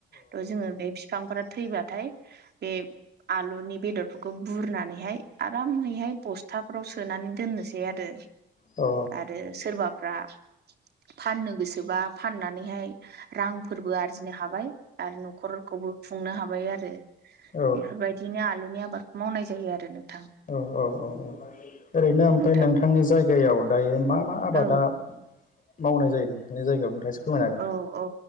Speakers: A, on the right; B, on the left.
A: थ' जोङो बे बिफांफोरा थैबाथाय बे आलुनि बेदरफोरखौ बुरनानैहाय आरामैहाय बस्थाफ्रावसो सोनानै दोननोसै आरो
B: औ।
A: आरो सोरबाफ्रा फाननो गोसोबा फाननानैहाय रांफोरबो आरजिनो हाबाय आरो न'खरखौबो खुंनो हाबाय आरो
B: औ औ
A: बेफोरबायदिनो आलुनि आबादखौ मावनाय जायो आरो नों,
B: औ औ औ औ ओरैनो ओमफ्राय
A: नोंथां
B: नोंथांनि जायगायाव दायो मा मा आबादा
A: औ
B: मावनाय जायो नोंथांनि जायगायाव? फोरमायनो
A: औ औ